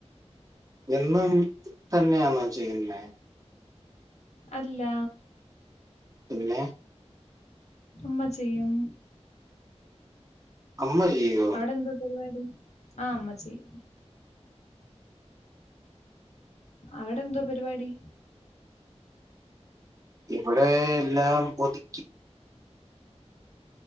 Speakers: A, on the right; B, on the left.
A: എന്നും തന്നെയാണോ ചെയ്യുന്നെ
B: അല്ല
A: പിന്നെ
B: അമ്മ ചെയ്യും.
A: അമ്മ ചെയ്യോ
B: അവിടെന്താ പരിവാടി ആഹ് അമ്മ ചെയ്യും അവിടെന്തോ പരിപാടി?
A: ഇവിടെ എല്ലാം ഒതുക്കി